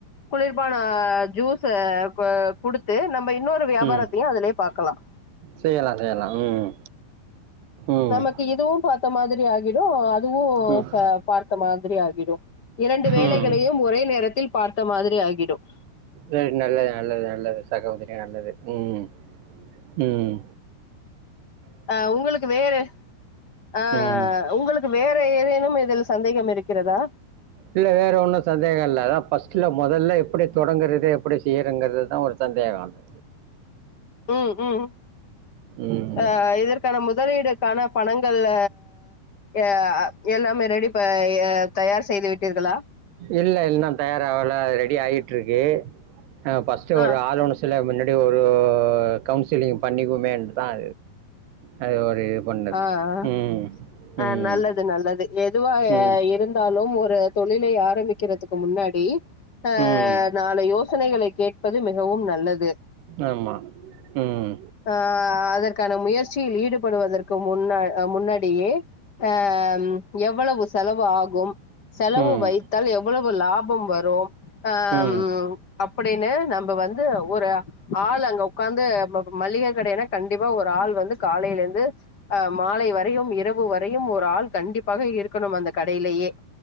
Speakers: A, on the left (about 30°); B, on the right (about 90°).
A: குளிர்பான ஜூஸ இப்ப குடுத்து நம்ம இப்ப இன்னொரு வியாபாரத்தையும்
B: ம்.
A: அதுலயே பாக்கலாம்
B: செய்யலாம், செய்யலாம். ம். ம்.
A: நமக்கு இதுவும் பாத்த மாதிரி ஆகி விடும் அத் இதுவும்
B: ம்.
A: இப்ப பாத்த மாதிரி ஆகிடும் இரண்டு வேலைகளையும்
B: ம்.
A: ஒரே நேரத்தில் பாத்த மாதிரி ஆகிடும்
B: செரி நல்லது நல்லது நல்லது சகோதரி நல்லது உம் உம்
A: அஹ் உங்களுக்கு வேற ஆஹ்
B: ம்.
A: உங்களுக்கு வேற எதேனு இன்னும் இதில் சந்தேகம் இருக்கிறதா
B: இல்ல வேற ஒன்னும் சந்தேகோ இல்ல அதான் ஃபர்ஸ்ட்ல மொதல்ல எப்டி தொடங்குறது எப்டி செய்யறங்குறதுதா ஒரு சந்தேகோ அது
A: உம் உம்
B: ம்.
A: ஆஹ இதற்கான முதலீடுக்கான பணங் கல்ல அ எல்லாமே ரெடி ப தயார் செய்து விட்டீர்களா
B: இல்ல இன்னோ தயாராவல ரெடி ஆயிட்டுருக்கு ஆ ஃபஸ்ட்டு
A: ஆ
B: ஒரு <unintelligible> அது ஒரு கவுன்சிலிங் பண்ணிக்குமேன்ட்டு தான் அ அது இது பண்ணது
A: ஆஹ் அஹ்
B: ம்
A: ஹா
B: ம்
A: நல்லது நல்லது எதுவா
B: ம்
A: இருந்தாலு ஒரு தொழிலை ஆரம்பிக்கிறதுக்கு முன்னாடி அஹ்
B: ம்
A: நாளை யோசனைகளை கேட்பது மிகவும் நல்லது
B: ஆமாம் ம்
A: அஹ் அதற்கான முயற்சியில் ஈடுபடுவதற் முன்ன அ முன்னாடியே ஹ ம் எவ்வளவு செலவு ஆகும் செலவு
B: ம் ம்
A: வைத்தால் எவ்வளவ் இப்ப லாபம் வரும் ஹாம்
B: ம்
A: அப்படின்னு நம்ம வந்து ஒரு ஆள் அங்க உட்காந்து ப ப மளிக கடையின கண்டிப்பா ஒரு ஆள் வந்து காலைல இருந்து அ மாலை வரையும் இரவு வரையும் ஒரு ஆள் கண்டிப்பாக இருக்கணும் அந்த கடையிலயே